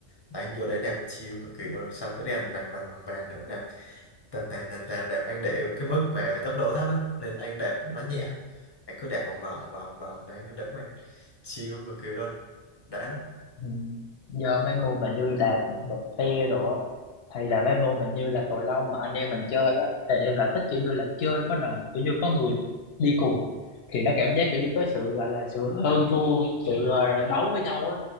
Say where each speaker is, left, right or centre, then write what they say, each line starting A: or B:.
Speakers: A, on the left; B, on the left.
A: Đấy, vô đấy đẹp chill cực kỳ luôn. Xong cái đèn vàng vàng vàng vàng nữa, đẹp. Tạt tạt tạt tạt, đẹp. Anh để cái mức mà tốc độ thấp ấy. Nên anh đẹp nó nhẹ.
B: Ừ.
A: Anh cứ đẹp vòng vòng vòng vòng đấy, đỡ mệt. Chill cực kỳ luôn. Đã lắm.
B: Ừ. Giờ mấy
A: Ờ.
B: môn mà như đạp đạp xe rồi á, hay là mấy môn mà như là cầu lông mà anh em mình chơi á thì em lại thích kiểu như là chơi có đồng kiểu như có người đi cùng thì nó cảm giác kiểu như có sự gọi là sự hơn thua sự ờ, đấu với nhau á